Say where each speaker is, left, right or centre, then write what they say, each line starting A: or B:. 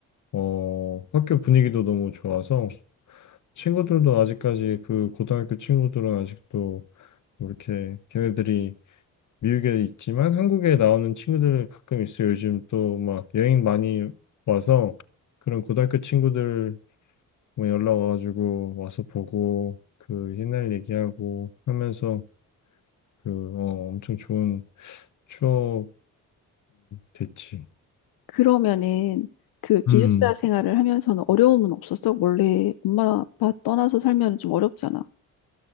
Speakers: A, on the left (about 55°); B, on the left (about 75°).
A: 어, 학교 분위기도 너무 좋아서 친구들도 아직까지 그 고등학교 친구들은 아직도 뭐 이렇게 걔네들이 미국에 있지만 한국에 나오는 친구들 가끔 있어요. 요즘 또 막 여행 많이 와서 그런 고등학교 친구들 뭐 연락 와가지고 와서 보고 그 옛날 얘기하고 하면서 그 어, 엄청 좋은 추억이 됐지.
B: 그러면은 그 기숙사
A: 음,
B: 생활을 하면서는 어려움은 없었어? 원래 엄마 아빠 떠나서 살면 좀 어렵잖아.